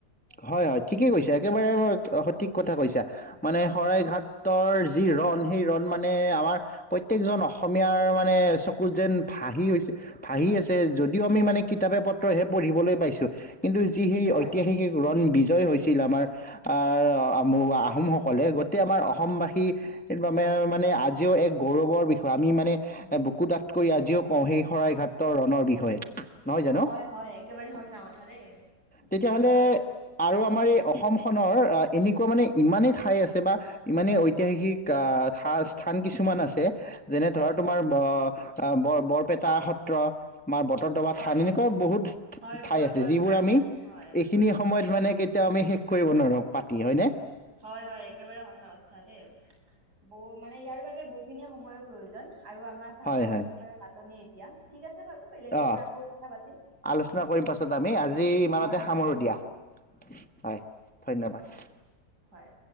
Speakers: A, in the centre; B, on the right.
A: হয়', হয়', ঠিকেই কৈছা একেবাৰে ম সঠিক কথা কৈছা। মানে শৰাই ঘাটৰ যি ৰণ সেই ৰণ মানে আমাৰ প্ৰত্যেকজন অসমীয়াৰ মানে চকুত যেন বাহি গৈছে ভাহি আছে, যদিও আমি মানে কিতাপে পত্ৰইহে পঢ়িবলৈ পাইছো, কিন্তু যি সেই
B: হয়
A: ঐতিহাসিক ৰণ বিজয় হৈছিল আমাৰ আহোমসকলে, গোটেই আমাৰ অসমবাসী সেইটো মানে আজিও এক গৌৰৱৰ বিষয় আমি মানে বুকু ডাঠ কৰি আজিও কওঁ সেই শৰাইঘাটৰ ৰণৰ বিষয়ে। নহয় জানো
B: হয়', হয়', একেবাৰে সঁচা কথা দেই,
A: তেতিয়াহ'লে
B: তোমাৰ বাৰু
A: আৰু আমাৰ এই অসমখনৰ এনেকুৱা মানে ইমানেই ঠাই আছে বা ইমানে ঐতিহাসিক অ', থা স্থান কিছুমান আছে যেনে ধৰা তোমাৰ ব বৰ বৰপেটা সত ত্ৰ বা বত্ৰদোৱা
B: হয়
A: থান, এনেকুৱা বহুত
B: হয়
A: ঠাই
B: বৰদোৱা
A: আছে যিবোৰ
B: থান
A: আমি
B: হয়
A: এইখিনি সময়ত মানে কেতিয়াও আমি শেষ কৰিব নোৱাৰো পাতি হয়নে।
B: হয়', হয়', একেবাৰে সঁচা কথা দে বহ মানে ইয়াৰ বাবে বহুখিনি সময়ৰ প্ৰয়োজন আৰু আমাৰ হাতত
A: হয় হয়
B: সময়ৰ নাটনি এতিয়া, ঠিক আছে বাৰু বেলেগ এদিন
A: অঁ
B: আকৌ কথা পাতিম
A: আলোচনা কৰিম পাছত আমি আজি ইমানতে
B: হয় হয়
A: সামৰো দিয়া, হয়', ধন্যবাদ।
B: হয়'